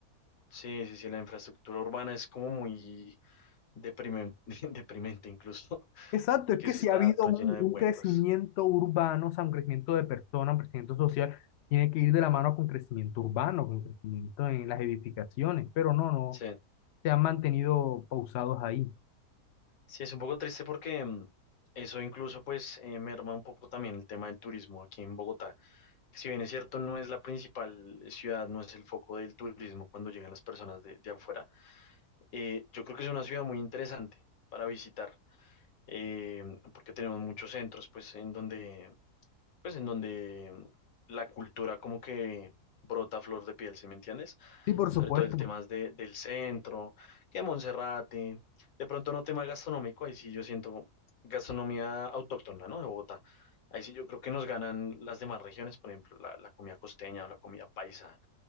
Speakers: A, on the left; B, on the left.
A: Sí, sí, sí, la infraestructura urbana es como muy deprimente, <laughs> deprimente incluso,
B: Exacto,
A: porque
B: es que
A: eso
B: si
A: está
B: ha habido
A: todo
B: un,
A: lleno de
B: un
A: huecos.
B: crecimiento urbano, o sea, un crecimiento de personas, un crecimiento social, tiene que ir de la mano con crecimiento urbano, con crecimiento en las edificaciones, pero no, no,
A: Sí,
B: se han mantenido pausados ahí.
A: sí, es un poco triste porque mm, eso incluso pues eh, merma un poco también el tema del turismo aquí en Bogotá. Si bien es cierto, no es la principal ciudad, no es el foco del turismo cuando llegan las personas de, de afuera. Eh, yo creo que es una ciudad muy interesante para visitar, eh, porque tenemos muchos centros, pues, en donde pues en donde mm, la cultura como que brota a flor de piel, ¿sí me entiendes?
B: Sí, por
A: Sobre
B: supuesto.
A: todo el tema de, del centro, que Monserrate, de pronto no tema gastronómico, ahí sí yo siento gastronomía autóctona, ¿no? De Bogotá. Ahí sí yo creo que nos ganan las demás regiones, por ejemplo, la, la comida costeña o la comida paisa,